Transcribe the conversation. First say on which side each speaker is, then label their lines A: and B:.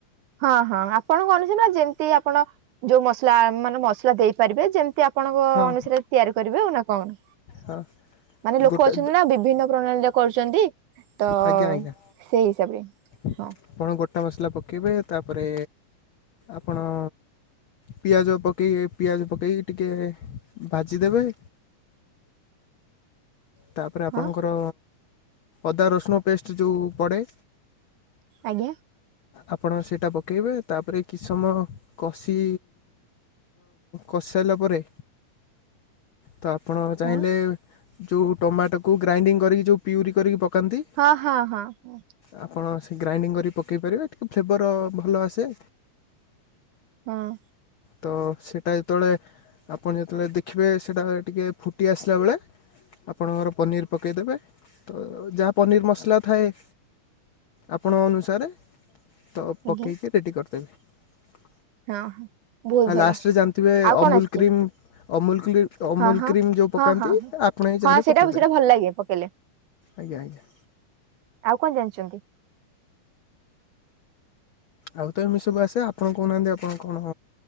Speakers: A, on the right; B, on the left.
A: ହଁ, ହଁ ଆପଣଙ୍କ ଅନୁସାରେ ଯେମିତି ଆପଣ ଯୋଉ ମସଲା ମାନେ ମସଲା ଦେଇପାରିବେ, ଯେମିତି ଆ ଆପଣଙ୍କ
B: ହଁ
A: ଅନୁସାରେ ତିଆରି କରିବେ ଆଉ ନା କଣ?
B: ହଁ
A: ମାନେ ଲୋକ
B: ଗୋଟା
A: ଅଛନ୍ତି ନା ବିଭିନ୍ନ ପ୍ରଣାଳୀରେ କରୁଛନ୍ତି, ତ
B: ଆଜ୍ଞା ଆଜ୍ଞା
A: ସେଇ ହିସାବରେ।
B: ଆପଣ
A: ହଁ
B: ଗୋଟା ମସଲା ପକେଇବେ, ତାପରେ ଆପଣ ପିଆଜ ପକେଇକି ପିଆଜ ପକେଇକି ଟିକେ ଭାଜିଦେବେ। ତାପରେ ଆପଣଙ୍କର
A: ହଁ
B: ଅଦା ରସୁଣ ପେଷ୍ଟ ଯଉ ପଡ଼େ
A: ଆଜ୍ଞା।
B: ଆପଣ ସେଇଟା ପକେଇବେ ତାପରେ କିଛି ସମୟ କଷି କଷି ସାଇଲା ପରେ ତ ଆପଣ ଚାହିଁଲେ
A: ହଁ
B: ଯୋଉ ଟମାଟୋକୁ ଗ୍ରାଇଣ୍ଡିଙ୍ଗ କରିକି ଯୋଉ ପିଉରି କରିକି ପକାନ୍ତି
A: ହଁ, ହଁ, ହଁ।
B: ଆପଣ ସେ ଗ୍ରାଇଣ୍ଡିଙ୍ଗ କରିକ ପକେଇ ପାରିବେ ଟିକେ ଫ୍ଲେବର ଭଲ ଆସେ।
A: ହଁ।
B: ତ ସେଇଟା ଯେତେବେଳେ ଆପଣ ଯେତେବେଳେ ଦେଖିବେ ସେଇଟା ଟିକେ ଫୁଟି ଆସିଲା ବେଳେ। ଆପଣଙ୍କର ପନିର ପକାଇଦେବେ ତ ଯାହା ପନିର ମସଲା ଥାଏ। ଆପଣ ଅନୁସାରେ ତ
A: ଆଜ୍ଞା
B: ପକେଇକି ରେଡ଼ି କରିଦେବେ।
A: ହଁ ହଁ। ବହୁତ
B: ଆଉ
A: ଭଲ
B: ଲାଷ୍ଟରେ ଜାଣିଥିବେ
A: ଆଉ
B: ଅମୁଲ
A: କଣ ଆସିଛି
B: କ୍ରିମ। ଅମୁଲ କ ଅମୁଲ
A: ହଁ ହଁ।
B: କ୍ରିମ୍ ଯୋଉ
A: ହଁ
B: ପକାନ୍ତି
A: ହଁ ହଁ
B: ଆପଣ ବି
A: ହଁ
B: ଚାହିଁଲେ
A: ସେଇଟା
B: ପକେଇପାରିବେ।
A: ସେଇଟା ଭଲ ଲାଗେ ପକେଇଲେ
B: ଆଜ୍ଞା ଆଜ୍ଞା।
A: ଆଉ କଣ ଜାଣିଛନ୍ତି?
B: ଆଉ ତ ଏମିତି ସବୁ ଆସେ ଆପଣ କହୁନାହାନ୍ତି ଆପଣ କଣ